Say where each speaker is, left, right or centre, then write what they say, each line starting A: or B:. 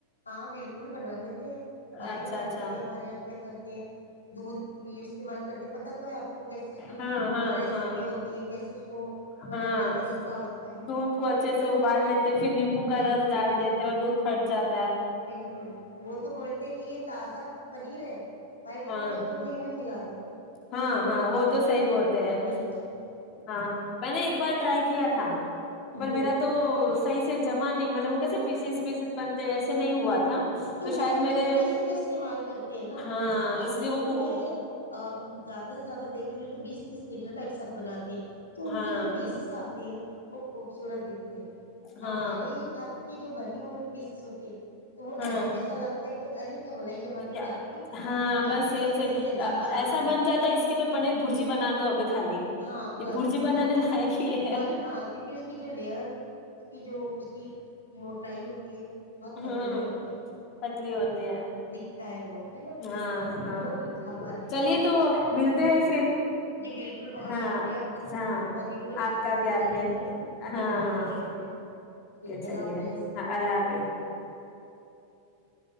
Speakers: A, on the left (about 80°); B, on the left (about 40°).
A: ہاں بلکل بنا لیتے ہیں بھائی
B: اچھا
A: بنا
B: اچھا
A: لیتے ہیں ہمارے کیا کرتے ہیں دودھ استعمال کرتے پتا تو ہے آپ کو کیس اس کی
B: ہاں ہاں
A: ریسیپی
B: ہاں
A: ہوتی ہے کیسے اس کو بنانے
B: ہاں
A: کا طریقہ ہوتا ہے
B: دودھ کو اچھے سے ابال لیتے پھر نیمبو کا
A: بالکل
B: رس ڈال
A: بالکل
B: دیتے اور دودھ پھٹ جات
A: بالکل وہ تو بولتے ہیں کہ یہ تازہ پنیر ہے بھائی بولتے
B: ہاں
A: بچوں کو یوں کلا دو
B: ہاں ہاں وہ تو صحی بولتے ہیں
A: بالکل
B: ہاں میں نے ایک بار ٹرائی کیا تھا پر
A: ہوں
B: میرا تو صحیح سے جمع نہیں مطلب وہ کیسے پیسز پیسز بنتے ویسے نہیں ہوا تھا
A: تو وہ
B: شاید
A: ہم
B: میرے
A: تھوڑے سے کا استعمال کرتے ہیں نا
B: ہاں
A: اب
B: اس لیے
A: وہ لوگ
B: کو
A: کیا ہے زیادہ سے زیادہ دیکھ لیے تو بیس تیس لیٹر کا ایک ساتھنات <unintelligible> تو ان
B: ہاں
A: کے جو پیسز آتے ہیں وہ خوبصورت دکھتے ہیں
B: ہاں
A: ہمارے ہ کہ جو بنی ہوئے پیسز ہوتے تو وہ
B: ہاں
A: اجیب کہ ار ک ملائی جما کے
B: کیا
A: کاٹ لی
B: ہاں
A: پتلے
B: بس سیم
A: پتلے
B: سیم
A: سے عجیب سے دکھتے
B: ایسا بن جاتا ہے اس کی تو پنیر برجی بنا دو ابھی خالی
A: ہاں
B: یہ
A: بس
B: برجی بنانے
A: بس
B: لائق ہی ہے
A: ب ہاں کیونکہ اس کی جو لیئر اس کی جو کی موٹائی ہوتی ہے بہت پتیلی
B: ہاں
A: ہوتی ہے
B: پتلی ہوتی ہیں
A: ت ہے وہ ہے نا
B: ہاں ہاں
A: وہ نہیں کھا پانے
B: چلیے
A: کو کرتی
B: تو
A: ہے
B: ملتے ہیں پھر
A: جی بالکل بہت
B: ہاں
A: شکریہ آپ کا
B: ہاں
A: پنیر کو لے
B: آپ
A: کے
B: کا
A: ڈسکس
B: بھی
A: کرنے
B: آتے
A: کے لیے
B: ہاں
A: جی بہت
B: ہاں
A: بہت شکریہ ٹھیک ہے
B: چلیے
A: اللہ حافظ
B: ہاں اللہ حافظ